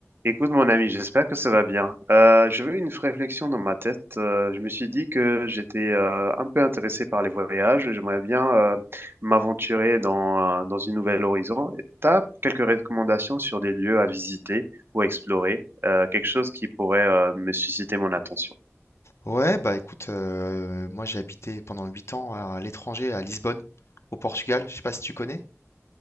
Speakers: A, on the right (about 50°); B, on the left (about 60°).
A: Écoute, mon ami, j'espère que ça va bien. Euh, j'avais une réflexion dans ma tête. Euh, je me suis dit que j'étais euh, un peu intéressé par les voyages. et J'aimerais bien euh, m'aventurer dans, euh, dans une nouvelle horizon. Et t'as quelques recommandations sur des lieux à visiter ou à explorer, euh, quelque chose qui pourrait euh, me susciter mon attention.
B: Ouais, bah écoute, euh, moi j'ai habité pendant 8 ans à l'étranger, à Lisbonne, au Portugal. Je sais pas si tu connais.